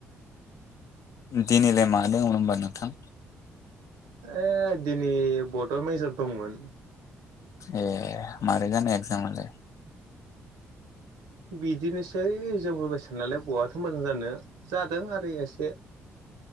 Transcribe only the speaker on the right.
ए दिनै बड' मेजर दंमोन।
बिदिनोसै जोंफोर बायसानालाय बआथो मोजां जानो जादों आरो एसे।